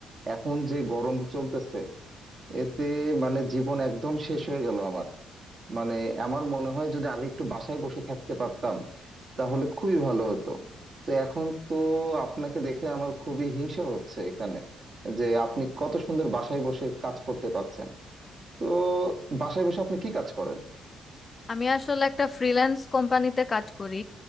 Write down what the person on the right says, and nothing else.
এখন যে গরম চলতেছে এতে মানে জীবন একদম শেষ হয়ে গেল আমার মানে আমার মনে হয় যদি আমি একটু বাসায় বসে থাকতে পারতাম তাহলে খুবই ভালো হতো তো এখন তো আপনাকে দেখে আমার খুবই হিংসা হচ্ছে এখানে যে আপনি কত সুন্দর বাসায় বসে কাজ করতে পারছেন তো বাসায় বসে আপনি কি কাজ করেন